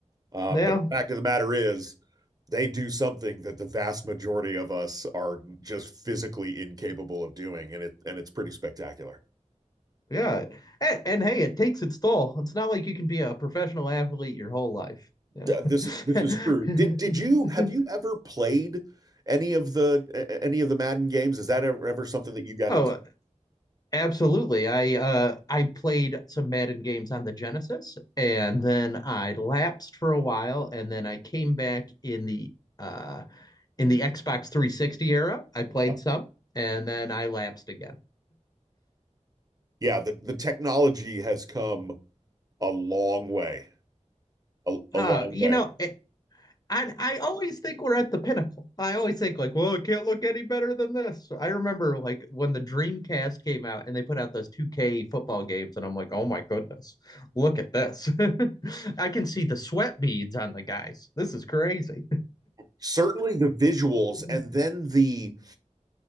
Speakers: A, on the right; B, on the left.
A: Uh,
B: Yeah,
A: but the fact of the matter is, they do something that the vast majority of us are just physically incapable of doing, and it and it's pretty spectacular.
B: yeah. And, and hey, it takes its toll. It's not like you can be a professional athlete your whole life. Yeah.
A: Yeah, this this is
B: <laughs>
A: true. Did did you have you ever played any of the a- any of the Madden games? Is that ever, ever something that you got
B: Oh,
A: into?
B: Absolutely. I uh I played some Madden games on the Genesis and then I lapsed for a while and then I came back in the uh in the Xbox 360 era. I played
A: Yeah,
B: some and then I lapsed again.
A: yeah. The the technology has come a long way, a,
B: Uh
A: a long
B: you
A: way.
B: know, a- And I always think we're at the pinnacle. I always think like, well, it can't look any better than this. I remember like when the Dreamcast came out and they put out those 2K football games, and I'm like, oh my goodness, look at this. <laughs> I can see the sweat beads on the guys. This is crazy.
A: Certainly the visuals,
B: <laughs>
A: and then the